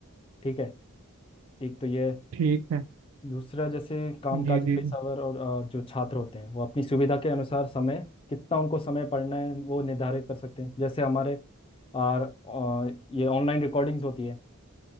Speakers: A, on the left; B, on the right.
A: ठीक है एक तो ये है।
B: ठीक है
A: दूसरा जैसे कामकाजी
B: जी जी
A: पेशेवर
B: जी
A: और अ, जो छात्र होते हैं वो अपनी सुविधा के अनुसार समय कितना उनको समय पढ़ना है वो निर्धारित कर सकते हैं जैसे हमारे और अ, ये ऑनलाइन रिकॉर्डिंग्स होती है